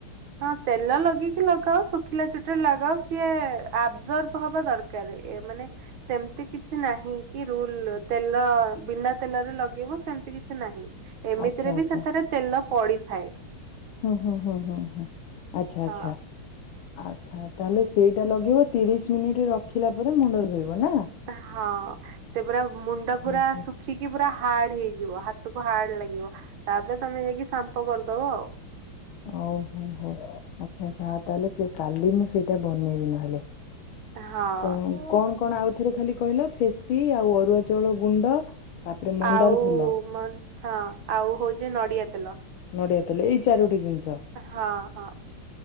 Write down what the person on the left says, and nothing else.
ଆଚ୍ଛା ଆଚ୍ଛା
ହୁଁ ହୁଁ ହୁଁ ହୁଁ ହୁଁ ଆଚ୍ଛା
ଆଚ୍ଛା। ଆଚ୍ଛା ତାହେଲେ ସେଇଟା ଲଗେଇବ ତିରିଶ ମିନିଟ୍ ରଖିଲା ପରେ ମୁଣ୍ଡ ଧୋଇବ ନା?
ହୁଁ
ହୁଁ।
ଓହୋ ହୋ ଆଚ୍ଛା ଆଚ୍ଛା ଆଉ ତାହେଲେ କାଲି ମୁଁ ସେଇଟା ବନେଇବି ନହେଲେ।
ତ
କଣ କଣ ଆଉଥରେ ଖାଲି କହିଲ ଫେସି ଆଉ ଅରୁଆ ଚାଉଳ ଗୁଣ୍ଡ ତାପରେ ମନ୍ଦାର
ଫୁଲ
ନଡ଼ିଆ ତାଲେ ଏଇ ଚାରୋଟି ଜିନିଷ।